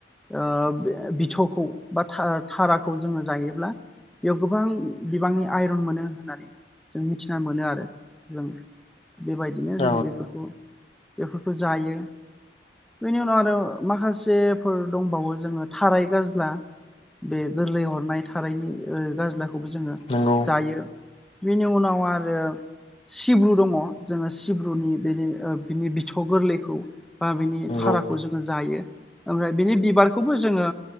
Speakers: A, in the centre; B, on the left.
A: ओ बिथ'खौ बा थारा थाराखौ जोङो जायोब्ला बेयाव गोबां बिबांनि आइरन मोनो होननानै जों मिथिना मोनो आरो जों बेबायदिनो
B: औ
A: जोङो बेफोरखौ बेफोर जायो। बेनि उनाव आरो माखासेफोर दंबावो जोङो थाराय गाज्ला। बे गोरलै हरनाय थारैनि ओ गाज्लाखौबो जोङो
B: नंगौ
A: जायो। बेनि उनाव आरो सिब्रु दङ जोङो सिब्रुनि बेनि ओ बिनि बिथ' गोरलैखौ बा बिनि
B: नंगौ
A: थाराखौ जोङो जायो। ओमफ्राय बिनि बिबारखौबो जोङो